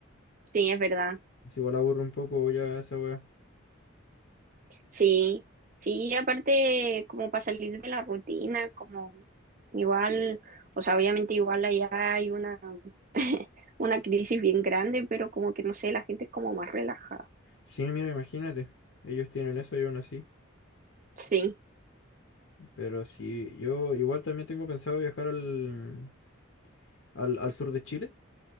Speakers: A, on the right (about 40°); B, on the left (about 65°).
A: Sí, es verdad.
B: Es igual aburre un poco ya esa weá.
A: Sí, sí, aparte como para salir de la rutina, como Igual, o sea, obviamente igual allá hay una, <laughs> una crisis bien grande, pero como que no sé, la gente es como más relajada.
B: Sí, mira, imagínate. Ellos tienen eso y aún así.
A: Sí.
B: Pero sí, yo igual también tengo pensado viajar al, al, al sur de Chile.